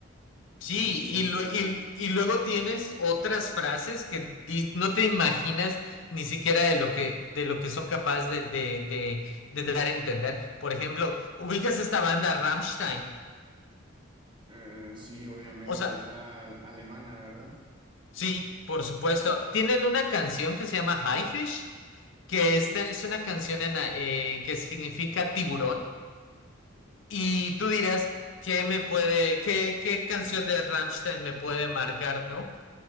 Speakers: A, on the left; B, on the right.
A: Sí,
B: sí, sí,
A: y,
B: este,
A: lu- y- y luego tienes otras frases que di- no te imaginas ni siquiera de lo que, de lo que son capaces de, de, de- de dar a entender. Por ejemplo, ubicas esta banda Rammstein.
B: eh, sí, obviamente,
A: O sea,
B: es la alemana, ¿verdad?
A: sí, por supuesto. Tienen una canción que se llama Highfish, que esta es una canción en, a- eh, que significa tiburón. Y tú dirás, ¿qué me puede, qué, qué canción de Rammstein me puede marcar, ¿no?